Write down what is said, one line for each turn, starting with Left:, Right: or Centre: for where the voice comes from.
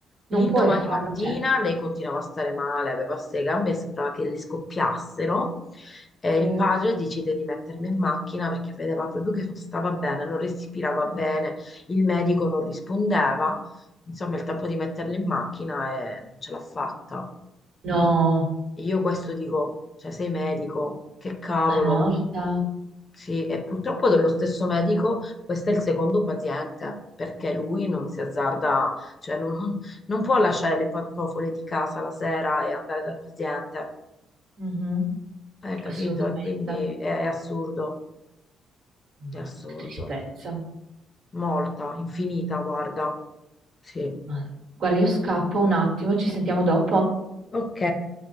Right: non
Left: L'indomani
Right: puoi farlo.
Left: mattina
Right: Cioè,
Left: lei continuava a stare male, aveva queste gambe, sembrava che le scoppiassero e
Right: se-
Left: il padre decide di metterla in macchina perché vedeva proprio che non stava bene, non respirava bene, il medico non rispondeva, insomma il tempo di metterla in macchina e non ce l'ha fatta.
Right: no,
Left: Io questo dico, cioè sei medico, che cavolo.
Right: ma è morta.
Left: Sì, e purtroppo dello stesso medico, questo è il secondo paziente, perché lui non si azzarda, cioè non, non- non può lasciare le pantofole di casa la sera e andare dal paziente,
Right: Mhm,
Left: hai capito?
Right: Assolutamente.
Left: E quindi è, è assurdo, è
Right: Madò,
Left: assurdo,
Right: che tristezza.
Left: molta, infinita, guarda, sì.
Right: Madò. Guarda, io scappo un attimo, ci sentiamo dopo.
Left: Ok.